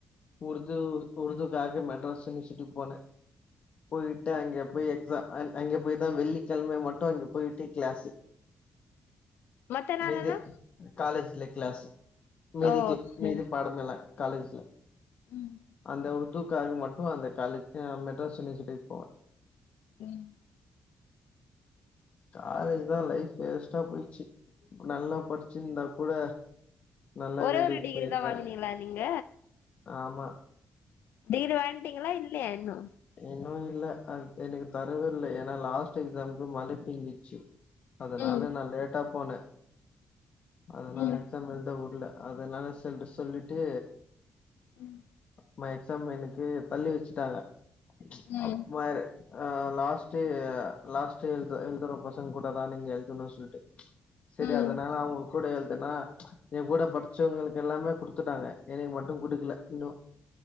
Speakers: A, on the left; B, on the left.
A: உர்தூ உருதுகாக மெட்ராஸ் யுனிவர்சிட்டி போன போயிட்டு அங்க போய் எக்ஸாம் அங் அங்க போய் தா வெள்ளிக்கெழமே மட்டு அங்க போய்ட்டு கிளாஸு
B: மத்த நாளெல்லா
A: மிது காலேஜ் லெ க்ளாஸு மீதிக்கு
B: ஓ அப்டியா
A: மீதி பாடமெல்லா காலேஜ்ல
B: ம்
A: அந்த ஒரு தூக்காக மட் டு அந்த காலேஜு மெ ட்ராஸ் யுனிவர்சிட்டி போவ
B: ம்
A: காலேஜ் தா லைஃப் வேஸ்ட்டா போயிச்சு நல்லா படிச்சிந்தா கூட நல்ல
B: ஒரே
A: வேலைக்கு
B: ஒரு டிகிரி
A: போயிருப்பே
B: தா வாங்குனீங்லா நீங்க
A: ஆமா
B: டிகிரி வாங்ட்டீங்லா இல்லையா இன்னு
A: இன்னு இல்ல அத் எனக்கு தரவேல்ல ஏன்னா லாஸ்ட் எக்ஸாம்கு மழபேஞ்சிச்சு அதனால
B: ம்
A: நா லேட்டா போன அதனா
B: ம்
A: எக்ஸாம் எல்த வுடுல அதனால சொல்ட் சொல்லிட்டு
B: ம்
A: ம எக்ஸாம எனக்கு தள்ளி வெச்சுட்டாங்க <unintelligible>
B: ம்
A: அ லாஸ்ட்டே லாஸ்ட்டே எழ்து எழ்துர பசங்க கூட தா நீங்க எழ்துன்னு சொல்ட்டு செரி
B: ம்
A: அதனால அவங்க கூட எல் என்னா எ கூட படிச்சவங்களுக்கு எல்லாமே குடுத்துட்டாங்க எனக்கு மட்டு குடுக்கல இன்னு